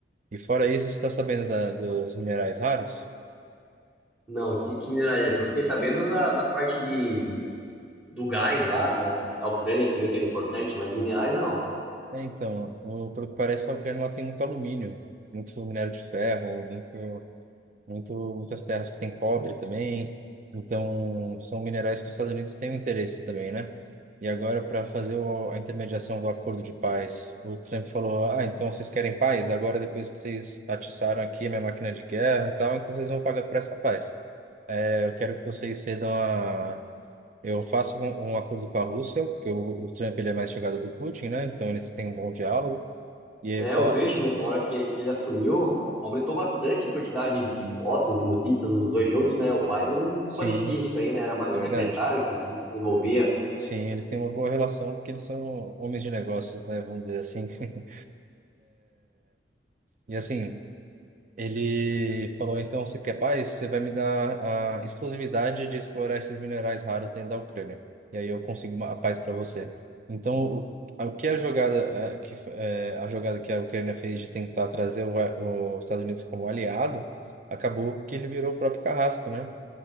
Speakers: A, on the right; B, in the centre.
A: E fora isso, você está sabendo da, dos minerais raros?
B: Não, que, que mineral é esse? Eu fiquei sabendo da, da parte de, do gás lá, na, da Ucrânia, que também que era importante, mas minerais não.
A: É, então, o, pelo que parece, a Ucrânia lá tem muito alumínio, muito minério de ferro, muito. muito, muitas terras que tem cobre também. Então, são minerais que os Estados Unidos têm um interesse também, né? E agora, para fazer o, a intermediação do acordo de paz, o Trump falou: Ah, então vocês querem paz? Agora, depois que vocês atiçaram aqui a minha máquina de guerra e tal, então vocês vão pagar por essa paz. É, eu quero que vocês cedam a. Eu faço um, um acordo com a Rússia, porque o, o Trump ele é mais chegado do Putin, né? Então eles têm um bom diálogo. E ele
B: É,
A: fala:
B: eu vejo mesmo, a hora que, que ele assumiu, aumentou bastante a quantidade de fotos e notícias dos dois juntos, né? O Biden não
A: Sim,
B: aparecia isso aí, né? Era mais
A: é
B: o secretário
A: verdade.
B: que, que se envolvia.
A: Sim, eles têm uma boa relação porque eles são homens de negócios, né? Vamos dizer assim. <laughs> E assim, ele falou: então, você quer paz? Você vai me dar a exclusividade de explorar esses minerais raros dentro da Ucrânia. E aí eu consigo uma, a paz para você. Então, o, a- o que a jogada, eh, que, f- eh, a jogada que a Ucrânia fez de tentar trazer o, o- os Estados Unidos como aliado, acabou que ele virou o próprio carrasco, né?